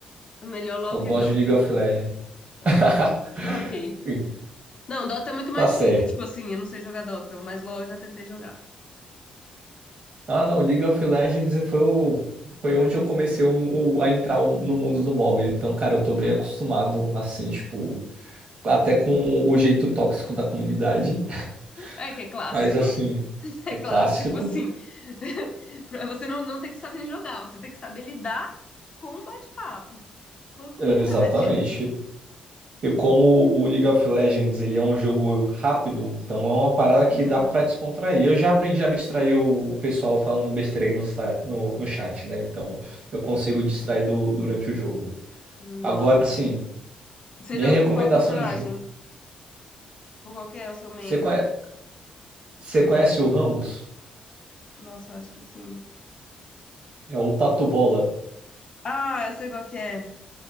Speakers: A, on the left; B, on the right.
A: Melhor LOL
B: eu gosto
A: que Dota.
B: de League of Legends.
A: Ah,
B: <laughs>
A: ok.
B: E
A: Não, Dota é muito mais
B: Tá certo.
A: difícil. Tipo assim, eu não sei jogar Dota, mas LOL eu já tentei jogar.
B: Ah, não, League of Legends foi, o... foi onde eu comecei um- o- a entrar um, no mundo do MOBA. Então, cara, eu tô bem acostumado, assim, tipo, até com o jeito tóxico da comunidade.
A: É que
B: <laughs>
A: é clássico.
B: Mas, assim,
A: <laughs> É
B: é clássico.
A: clássico, tipo assim. <laughs> pra- Você não, não tem que saber jogar, você tem que saber lidar com o bate-papo, com a comunidade.
B: Exatamente. E como o League of Legends ele é um jogo rápido, então é uma parada que
A: Uhum.
B: dá pra descontrair. Eu já aprendi a abstrair o o pessoal falando besteira aí no, sa- no, no chat, né? Então eu consigo distrair do- durante o jogo.
A: Nossa.
B: Agora sim,
A: Você
B: minha
A: joga
B: recomendação
A: com qual personagem?
B: de jogo.
A: Tipo, qual que é o seu main?
B: Você conhe- você conhece o Ramos?
A: Nossa, eu acho que sim.
B: É o Tatu Bola.
A: Ah, eu sei qual que é.